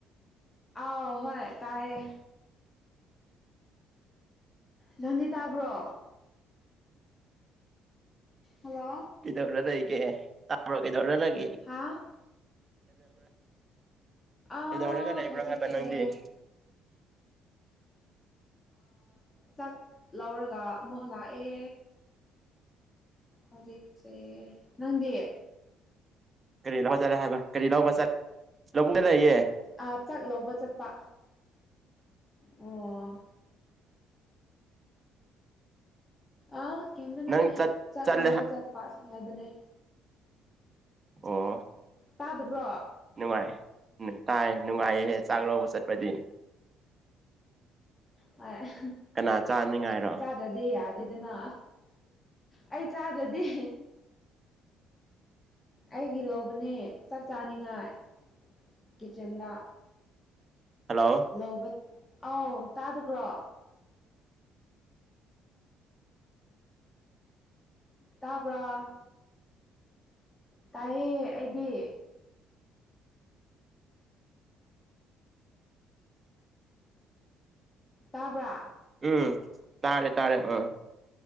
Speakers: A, on the left; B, on the right.
A: ꯑꯥꯎ ꯍꯣꯏ ꯇꯥꯏꯌꯦ ꯅꯪꯗꯤ ꯇꯥꯕ꯭ꯔꯣ ꯍꯜꯂꯣ
B: ꯀꯩꯗꯧꯔ ꯂꯩꯒꯦ ꯇꯥ꯭ꯕꯔꯣ ꯀꯩꯗꯧꯔ ꯂꯩꯒꯦ
A: ꯍꯥꯥ ꯑ
B: ꯀꯩꯗꯧꯔꯒ ꯂꯩꯕ꯭ꯔꯣ
A: ꯍꯧꯖꯤꯛꯁꯦ
B: ꯍꯥꯏꯕ ꯅꯪꯗꯤ
A: ꯆꯥꯛ ꯂꯧꯔꯒ ꯑꯃꯨꯛ ꯂꯥꯛꯑꯦ ꯍꯧꯖꯤꯛꯁꯦ ꯅꯪꯗꯤ
B: ꯀꯔꯤ ꯂꯧ ꯆꯠꯂꯦ ꯍꯥꯏꯕ ꯀꯔꯤ ꯂꯧꯕ ꯆꯠ ꯔꯨꯝꯗ ꯂꯩꯌꯦ
A: ꯑꯥ ꯆꯥꯛ ꯂꯧꯕ ꯆꯠꯄ ꯑꯣ ꯑꯥ ꯀꯩꯝꯇ ꯅꯠꯇꯦ
B: ꯅꯪ ꯆꯠ
A: ꯆꯥꯛ
B: ꯆꯠꯂꯦ
A: ꯂꯧꯕ ꯆꯠꯄꯁꯨꯝ ꯍꯥꯏꯕꯅꯦ
B: ꯑꯣ
A: ꯇꯥꯗꯕ꯭ꯔꯣ
B: ꯅꯨꯡꯉꯥꯏ ꯎ ꯇꯥꯏ ꯅꯨꯡꯉꯥꯢꯌꯦ ꯆꯥꯛ ꯂꯧꯕ ꯆꯠꯄꯗꯤ
A: ꯍꯣꯢ ꯆꯥꯛ
B: ꯀꯅꯥ ꯆꯥꯅꯤꯡꯉꯥꯏꯔꯣ
A: ꯆꯗ꯭ꯔꯗꯤ ꯌꯥꯗꯦꯗꯅ ꯑꯩ ꯆꯥꯗ꯭ꯔꯗꯤ ꯑꯩꯒꯤ ꯂꯧꯕꯅꯦ ꯆꯥꯛ ꯆꯥꯅꯤꯡꯉꯥꯏ ꯀꯤꯠꯆꯥꯟꯗ
B: ꯍꯜꯂꯣ
A: ꯂꯧꯕ ꯑꯥꯎ ꯇꯥꯗꯕ꯭ꯔꯣ ꯇꯥꯕ꯭ꯔꯥ ꯇꯥꯏꯑꯦ ꯑꯩꯗꯤ ꯇꯥꯕ꯭ꯔꯥ
B: ꯎꯝ ꯇꯥꯔꯦ ꯇꯥꯔꯦ ꯑꯝ